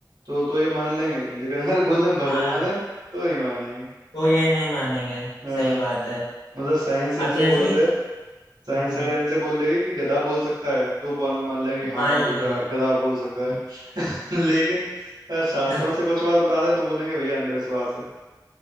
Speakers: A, on the right; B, on the left.
A: तो तो ये मान लेंगे लेकिन अगर बोल दें हम भगवान
B: हाँ
A: है तो नहीं मानेंगे
B: तो ये नहीं मानेंगे
A: हाँ
B: सही बात है
A: मतलब साइंस इनसे
B: अब जैसे
A: बोल
B: ही,
A: दे साइंस
B: हम्म,
A: अगर इनसे बोल देगी कि गधा बोल सकता है तो बोल मान लेंगे हाँ
B: मान
A: हाँ
B: लेंगे
A: भैया गधा बोल
B: हम्म
A: सकता है <laughs> लेकिन अगर शास्त्रों
B: हम्म <laughs>
A: से कुछ बात बता दें तो बोलेंगे भैया अंधविश्वास है